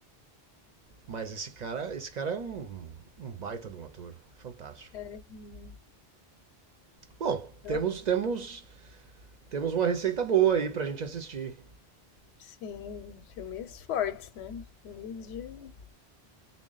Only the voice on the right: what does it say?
Mas esse cara, esse cara é um, um baita de um ator. Fantástico.
Bom,
temos, temos, temos uma receita boa aí pra gente assistir.